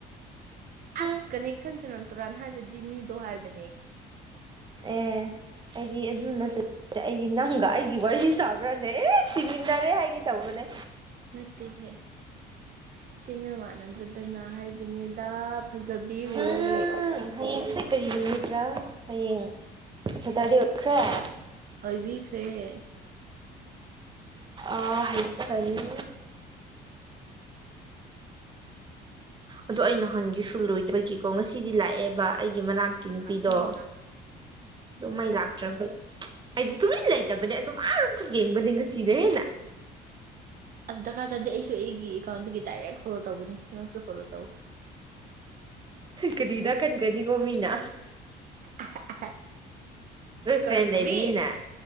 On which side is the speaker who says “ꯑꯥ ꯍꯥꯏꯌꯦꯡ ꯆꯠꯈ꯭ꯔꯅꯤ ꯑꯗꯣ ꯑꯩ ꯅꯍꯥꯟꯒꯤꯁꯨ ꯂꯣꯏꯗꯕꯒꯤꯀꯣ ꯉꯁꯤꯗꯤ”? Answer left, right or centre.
Right